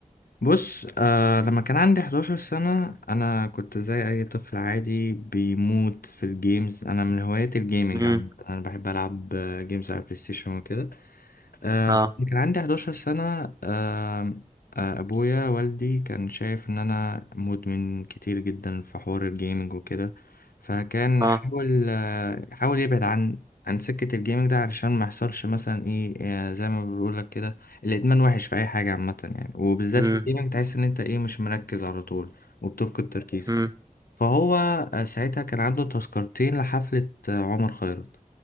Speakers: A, on the left; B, on the right.
A: بص آه لما كان عندي 11 سنة أنا كنت زي أي طفل عادي بيموت في الجيمز أنا من هواياتي الجيمنج
B: امم
A: عامة أنا بحب ألعب آه، جيمز على البلاي ستيشن وكده آه،
B: اه
A: فكان عندي 11 سنة آه، آه، أبويا والدي كان شايف إن أنا مدمن كتير جدا في حوار الجيمنج وكده فكان
B: اه
A: حاول آه، حاول يبعد عن عن سكة الجيمنج ده علشان ما يحصلش مثلا إيه آه، زي ما بقولك كده الإدمان وحش في أي حاجة عامة يعني وبالذات
B: مم.
A: في الجيمنج تحس إن أنت إيه مش مركز على طول وبتفقد تركيزك
B: مم.
A: فهو آه، ساعتها كان عنده تذكرتين لحفلة آه، عمر خيرت